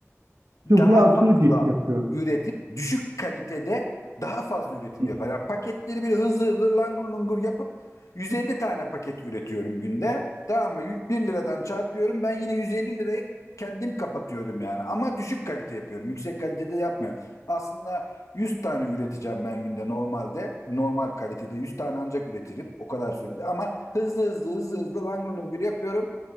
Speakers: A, on the left; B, on the right.
A: daha
B: Sıfıra atılık
A: fazla
B: iş yapıyor.
A: üretip düşük kalitede daha fazla üretim
B: Hı.
A: yapar. Yani paketleri bir hızlı hızlı langur lungur yapıp 150 tane paket üretiyorum günde. Tamam mı? Y- 1 liradan çarpıyorum. Ben yine 150 lirayı kendim kapatıyorum yani. Ama düşük kalite yapıyorum. Yüksek kalitede yapmıyorum. Aslında 100 tane üreteceğim ben günde normalde. Normal kalitede 100 tane ancak üretirim. O kadar sürede. Ama hızlı hızlı hızlı hızlı langur lungur yapıyorum.